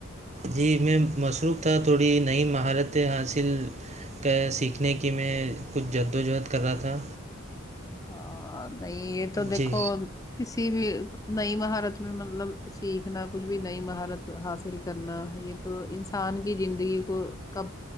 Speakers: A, on the right; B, on the left.
A: جی میں مصروف تھا تھوڑی نئی مہارتیں حاصل کا سیکھنے کی میں کچھ جدوجہد کر رہا تھا
B: ہاں نہیں یہ تو دیکھو
A: جی
B: کسی بھی نئی مہارت میں مطلب سیکھنا کچھ بھی نئی مہارت حاصل کرنا یہ تو انسان کی زندگی کو کا